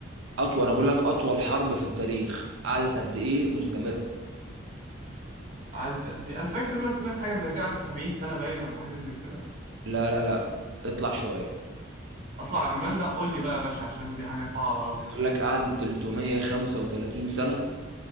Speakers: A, on the right; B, on the right.
A: اطول انا بقول لك اطول حرب في التاريخ قعدت قد ايه مستمره
B: قعدت قد ايه انا فاكر ان انا سمعت حاجه زي كده قعدت 70 سنه باين ولا حاجه زي كده
A: لا لا لا اطلع شويه
B: اطلع كمان لا قول لي بقى يا باشا عشان دي حاجه صعبه قوي
A: يقول لك قعدت 335 سنه